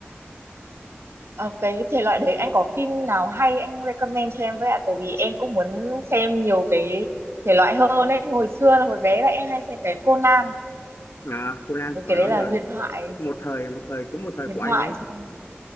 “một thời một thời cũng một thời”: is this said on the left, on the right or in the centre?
Left